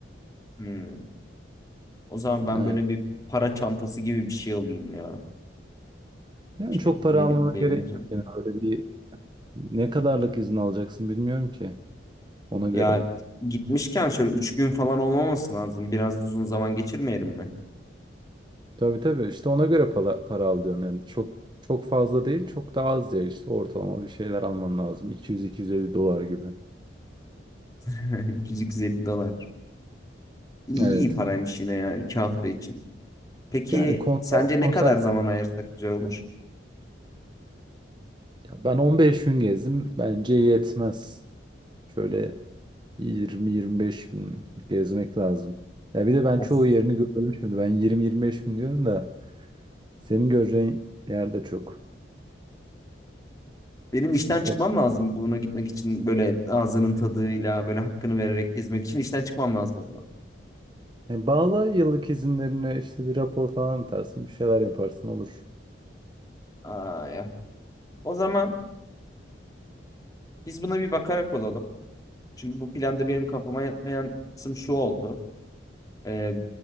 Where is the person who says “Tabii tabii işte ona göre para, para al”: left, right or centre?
Right